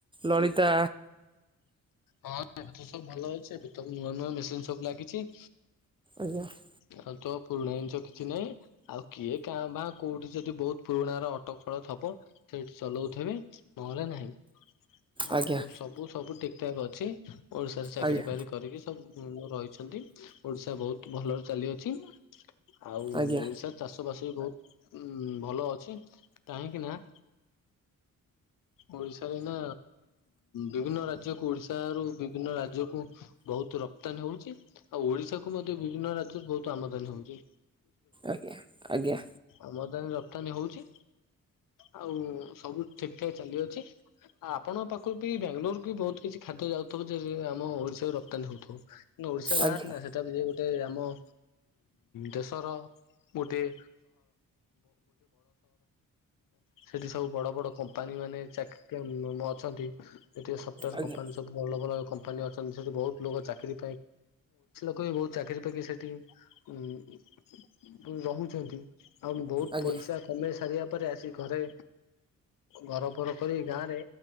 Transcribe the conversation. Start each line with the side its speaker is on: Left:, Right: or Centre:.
Right: ନଳିତା
Left: ହଁ ଏ ସବୁ ଭଲ ଅଛି ଏବେ ନୂଆ ନୂଆ ମେସିନ ସବୁ ଲାଗିଚି।
Right: ଆଜ୍ଞା ।
Left: ଆଉ ତ ପୁରୁଣା ଜିନିଷ କିଛି ନାହିଁ ଆଉ କିଏ କାଁ ଭାଁ କୋଉଠି ଯଦି ବହୁତ ପୁରୁଣ ର ଅଟକଳ ଦେବ ସେଠି ଚଲଉଥିବେ ନହେଲେ ନାହିଁ । ଆଉ
Right: ଆଜ୍ଞା
Left: ସବୁ ସବୁ ଠିକଠାକ ଅଛି ଓଡ଼ିଶାରେ ଚାକିରିୀ
Right: ଆଜ୍ଞା
Left: ଫାକିରି କରିକି ସବୁ ରହିଚନ୍ତି ଓଡ଼ିଶା ବହୁତ ଭଲରେ ଚାଲିଅଛି ଆଉ
Right: ଆଜ୍ଞା
Left: ଓଡ଼ିଶା ଚାଷ ବସିକି ବହୁତ ଉ ଭଲ ଅଛି କାହିଁକି ନା ଓଡିଶାରେ ଏ ନା ବିଭିନ୍ନ ରାଜ୍ୟକୁ ଓଡିଶା ରୁ ବିଭିନ୍ନ ରାଜ୍ୟକୁ ବହୁତ ବହୁତ ରପ୍ତାନ ହଉଚି ଆଉ ଓଡିଶା କୁ ମଧ୍ୟ ବିଭିନ୍ନ ରାଜ୍ୟରେ ବହୁତ ଆମଦାନୀ ହଉଚି।
Right: ଆଜ୍ଞା ଆଜ୍ଞା
Left: ଆମଦାନୀ ରପ୍ତାନୀ ହଉଚି ଆଉ ସବୁ ଠିକ୍ ଠାକ୍ ଚାଲିଅଛି। ଆପଣଙ୍କ ପାଖରୁ ବି ବାଙ୍ଗାଲୋର ବି ବହୁତ କିଛି ଖାଦ୍ୟ ଯାଉଥିବ ଯେ ଆମ ଓଡିଶା ରପ୍ତାନୀ ହଉଥିବ। ଓଡିଶା ବାହହାର
Right: ଆଜ୍ଞା
Left: ନା ସେଟାକୁ ଯ ଗୋଟେ ଆମ ଉ ଦେଶର ଗୋଟିଏ ସେଠି ସବୁ ବଡ ବଡ କମ୍ପାନୀ ମାନେ ଚାକି ମ ଅଛନ୍ତି ଯେଠି ସଫ୍ଟାର
Right: ଆଜ୍ଞା
Left: କମ୍ପାନୀ ସବୁ ଭଲ ଭଲ କମ୍ପାନୀ ଅଛନ୍ତି ସେଠି ବହୁତ ଲୋକ ଚାକିରି <unintelligible> କ ବହୁତ ଚାକିରି ପାକିରି ସେଠି ଉ ରହୁଛନ୍ତି। ଆଉ ବହୁତ
Right: ଆଜ୍ଞା
Left: ପଇସା କମେଇ ସାରିବା ପରେ ଆସି ଘରେ ଘର ଫର କରି ଗାଁ ରେ